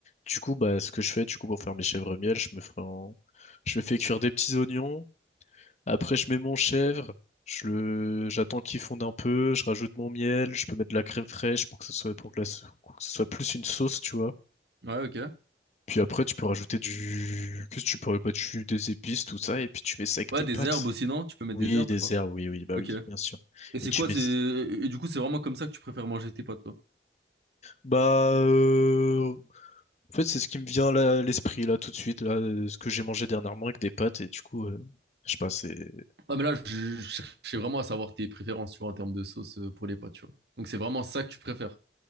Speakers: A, on the left; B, on the right.
A: Du coup, bah, ce que je fais, du coup, pour faire mes chèvres miel, je me ferai en- je me fais cuire des petits oignons. Après, je mets mon chèvre. Je le, j'attends qu'il fonde un peu. Je rajoute mon miel. Je peux mettre de la crème fraîche pour que ce soit, pour que la sau- pour que ce soit plus une sauce, tu vois.
B: Ouais, ok.
A: Puis après, tu peux rajouter du, qu'est-ce que tu pourrais, bah, tu- des épices, tout ça, et puis tu mets ça avec
B: Ouais,
A: tes
B: des
A: pâtes.
B: herbes aussi, non? Tu peux mettre
A: Oui,
B: des herbes,
A: des
B: je crois.
A: herbes, oui, oui, bah
B: Ok.
A: oui, bien sûr.
B: Et c'est
A: Et tu
B: quoi,
A: mets,
B: c'est. Et du coup, c'est vraiment comme ça que tu préfères manger tes pâtes, toi?
A: bah, euh, En fait, c'est ce qui me vient là, à l'esprit, là, tout de suite, là, euh, ce que j'ai mangé dernièrement avec des pâtes, et du coup, euh, je sais pas, c'est...
B: Ah, mais là, je, je cherchais vraiment à savoir tes préférences, tu vois, en termes de sauce euh, pour les pâtes, tu vois. Donc, c'est vraiment ça que tu préfères.